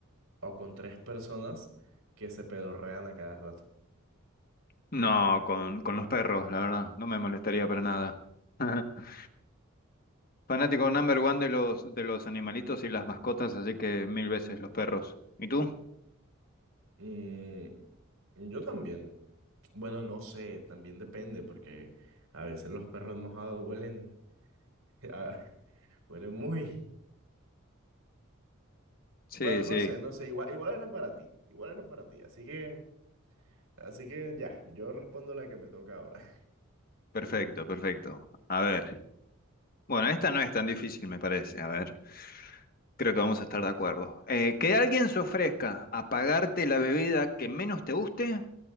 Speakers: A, on the right; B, on the left.
A: o con tres personas que se pedorrean a cada rato?
B: No, con, con los perros, la verdad, no me molestaría para nada. <laughs> Fanático number one de los, de los animalitos y las mascotas, así que mil veces los perros. ¿Y tú?
A: Mm, yo también. Bueno, no sé, también depende porque a veces los perros mojados huelen, <laughs> a- huelen muy...
B: Sí,
A: Bueno,
B: sí,
A: no sé, no sé, igual, igual era para ti, igual era para ti, así que, así que ya, yo respondo la que me toca ahora.
B: perfecto, perfecto. A ver. Bueno, esta no es tan difícil, me parece. A ver, creo que vamos a estar de acuerdo. Eh, que alguien se ofrezca a pagarte la bebida que menos te guste, o